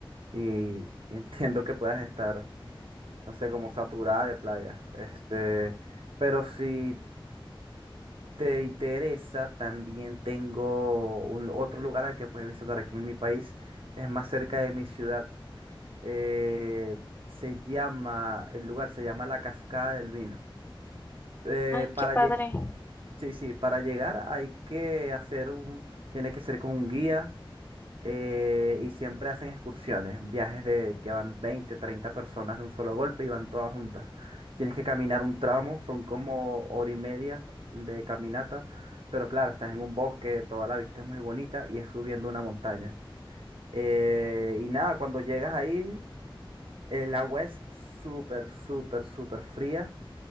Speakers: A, on the right (about 75°); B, on the left (about 20°).
A: Y, y entiendo que puedas estar, no sé, como saturada de playa. Este, pero sí. te interesa, también tengo un, otro lugar al que puedes visitar aquí en mi país. Es más cerca de mi ciudad. Eh, se llama, el lugar se llama La Cascada del Vino. Eh,
B: ay, qué
A: para,
B: padre.
A: lle- sí, sí, para llegar hay que hacer un, tiene que ser con un guía eh, y siempre hacen excursiones, viajes de que van 20 30 personas de un solo golpe y van todas juntas. Tienes que caminar un tramo, son como hora y media de caminata, pero claro, estás en un bosque, toda la vista es muy bonita y es subiendo una montaña. Eh, y nada, cuando llegas ahí, el agua es súper, súper, súper fría